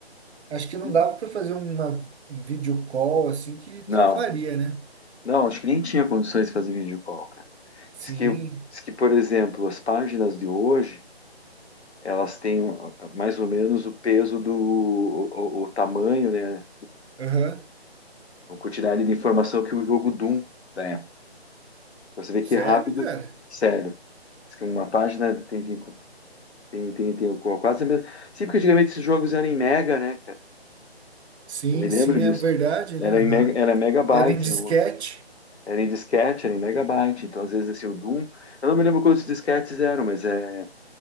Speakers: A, on the right; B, on the left.
A: Acho que não
B: E-
A: dava para fazer uma, um vídeo call assim que
B: Não,
A: travaria, né?
B: não, acho que nem tinha condições de fazer vídeo call, cara.
A: Sim.
B: Diz que, diz que, por exemplo, as páginas de hoje, elas têm ah, ah, mais ou menos o peso do, o, o- o tamanho, né?
A: Aham.
B: uma quantidade de informação que o jogo Doom da época. Pra você ver que
A: Sério,
B: é rápido,
A: cara?
B: sério. Diz que uma página tem, tem, tem, tem quase a mesma. Sim, porque antigamente esses jogos eram em mega, né, cara?
A: Sim,
B: Eu me lembro
A: sim,
B: disso.
A: é verdade,
B: Era
A: né? Aham.
B: em mega, era megabyte,
A: Era em disquete.
B: não. Era em disquete, era em megabyte. Então, às vezes, assim, o Doom. Eu não me lembro quantos disquetes eram, mas é,